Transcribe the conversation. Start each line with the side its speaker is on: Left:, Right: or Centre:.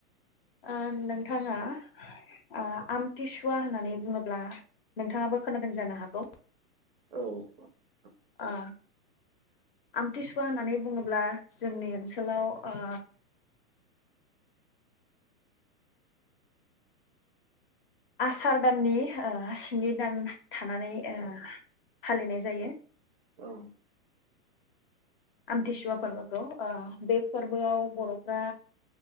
Left: ओ नोंथाङा ओ आमथिसुवा होननानै बुङोब्ला नोंथाङाबो खोनादों जानो हागौ
Right: औ अ अ
Left: आ आमथिसुवा होननानै बुङोब्ला जोंनि ओनसोलाव ओ आसार दाननि ओ स्नि दान थानानै ओ फालिनाय जायो।
Right: औ
Left: आमथिसुवा फोरबोखौ ओ बे फोरबोआव बर'फ्रा